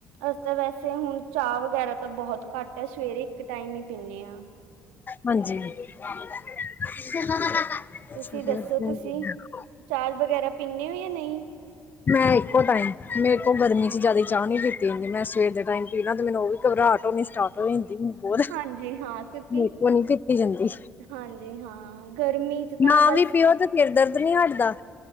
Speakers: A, on the right; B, on the left.
A: ਅਸੀਂ ਤਾਂ ਵੈਸੇ ਹੁਨ ਚਾਹ ਵਗੈਰਾ ਤਾਂ ਬੋਹਤ ਘੱਟ ਐ ਸਵੇਰੇ ਇੱਕ ਟਾਈਮ ਈ ਪਿੰਨੇ ਆ।
B: ਹਾਂਜੀ! <unintelligible>
A: ਤੁਸੀਂ ਦੱਸੋ ਤੁਸੀਂ ਚਾਹ ਵਗੈਰਾ ਪਿੰਨੇ ਓ ਯਾ ਨਹੀਂ?
B: ਮੈਂ ਇੱਕੋ ਟਾਈਮ, ਮੇਰੇ ਕੋ ਗਰਮੀ 'ਚ ਜਾਦੇ ਚਾਹ ਨੀ ਪੀਤੀ ਯਾਂਦੀ, ਮੈਂ ਸਵੇਰ ਦੇ ਟਾਈਮ ਪੀਲਾ ਤੇ ਮੈਨੂੰ ਓ ਵੀ ਘਬਰਾਟ ਮੰਮੀ ਸਟਾਟ ਹੁੰਦੀ ਹੋਰ
A: ਹਾਂਜੀ ਹਾਂ ਕਿਉਂਕਿ
B: ਮੇਰੇ ਕੋ ਨੀ ਪੀਤੀ ਜਾਂਦੀ
A: ਹਾਂਜੀ ਹਾਂ ਗਰਮੀ ਚ ਤਾਂ
B: ਨਾ
A: ਬਸ
B: ਵੀ ਪਿਓ ਤੇ ਫਿਰ ਦਰਦ ਨੀ ਹਟਦਾ,